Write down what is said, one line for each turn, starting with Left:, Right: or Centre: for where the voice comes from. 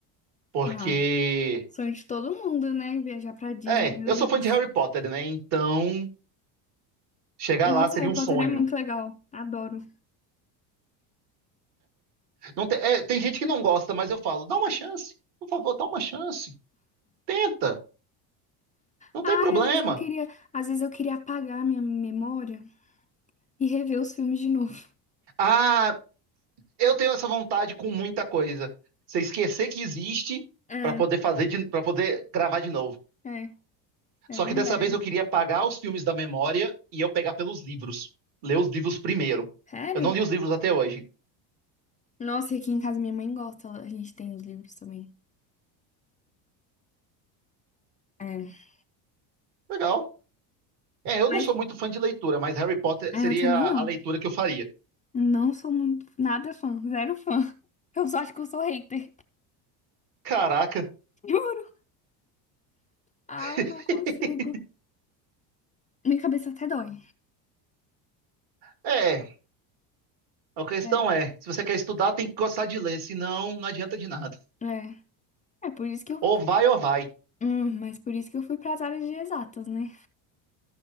Right: Porque.
Left: Ah, sonho de todo mundo, né? Viajar pra Disney,
Right: É,
Left: meu
Right: eu sou
Left: Deus.
Right: fã de Harry Potter, né? Então, chegar
Left: Nossa,
Right: lá seria
Left: Harry
Right: um
Left: Potter
Right: sonho.
Left: é muito legal. Adoro.
Right: Não tem, é, tem gente que não gosta, mas eu falo, dá uma chance, por favor, dá uma chance. Tenta, não
Left: Ai,
Right: tem problema.
Left: às vezes eu queria, às vezes eu queria apagar minha memória e rever os filmes de novo.
Right: Ah, eu tenho essa vontade com muita coisa. Você esquecer que existe
Left: É,
Right: para poder fazer para poder gravar de novo.
Left: é, é
Right: Só
Left: verdade.
Right: que dessa vez eu queria apagar os filmes da memória e eu pegar pelos livros. Ler os livros primeiro.
Left: Sério?
Right: Eu não li os livros até hoje.
Left: Nossa, e aqui em casa minha mãe gosta, ela- a gente tem os livros também. É.
Right: Legal. É, eu
Left: Mas
Right: não sou muito fã de leitura, mas Harry Potter
Left: é,
Right: seria
Left: eu também não.
Right: a leitura que eu faria.
Left: Não sou muito, nada fã, zero fã. <laughs> Eu só acho que eu sou hater.
Right: Caraca.
Left: <laughs> Juro. Ai,
Right: <laughs>
Left: eu não consigo. Minha cabeça até dói.
Right: É, A questão
Left: Sério.
Right: é, se você quer estudar, tem que gostar de ler, senão não adianta de nada.
Left: É. É por isso que eu.
Right: Ou vai ou vai.
Left: Hum, mas por isso que eu fui para as áreas de exatas, né?